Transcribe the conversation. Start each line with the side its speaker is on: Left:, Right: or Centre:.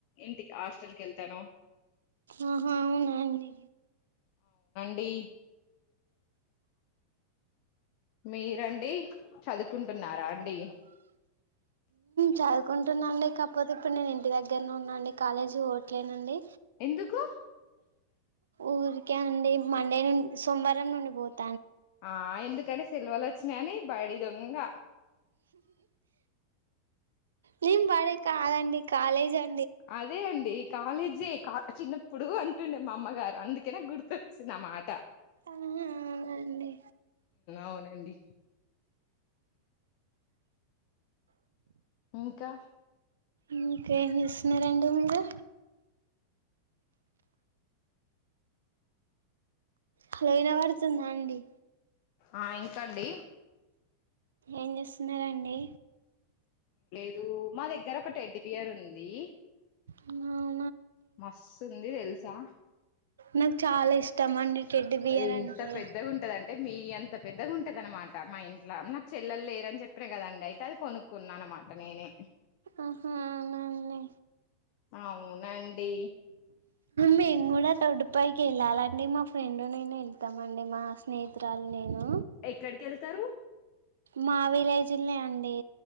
Left: ఇంటికి హాస్టల్ కి వెళ్తాను
Right: ఆహా అవున అండి
Left: కుడి మీరండి చదువుకుంటున్నారా అండి
Right: చదువుకుంటున్నాం కాకపోతే ఇప్పుడు నేను ఇంటి దగ్గర ఉన్నాండి కాలేజీ ఓట్లేనండి
Left: ఎందుకు
Right: ఊరికే అండి మండే నుండి సోమవారం నుండి పోతు
Left: ఆ ఎందు ఇక్కడ సెల్వలు వచ్చినాయని బడి దొంగ
Right: నేను పాడే కాదండి కాలేజ్ అ
Left: అదే అండి కాలేజీ చిన్న ఇప్పుడు అంటుండే మా అమ్మగారు అందుకేనే గుర్తు సిని నా మాట
Right: ఆహా అవునండి
Left: అవునండి ఇంకా
Right: ఇంకేం చేస్తున్నారు రండి మీరు హలో యినా పడుతుందా అండి
Left: ఆ ఇంకాండి
Right: ఏం చేస్తున్నండి
Left: అ మా దగ్గర ఒక టెడ్ బియర్ ఉంది
Right: అవు
Left: మస్తుంది తెలుసా
Right: నాకు చాలా ఇష్టం అండి టెడ్డి బియర్
Left: ఎంత
Right: అంటే
Left: పెద్దగా ఉంటదంటే మీ అంత పెద్దగా ఉంటది అనమాట మా ఇంట్లో నాకు చెల్ెలు లేరని చెప్పిన కదండి అయితే అది కొనుక్కున్నా అనమాట నేనే
Right: ఆహా అవునాండి
Left: అవునండి
Right: మేము కూడా తోడ్డుపైకి వెళ్ళాలిండి మా ఫ్రెండ్ నేను వెళ్తామండి మా స్నేహితురాలు నేను
Left: ఎక్కడికి ఏళ్తారు
Right: మా విలేజీల్నే అండి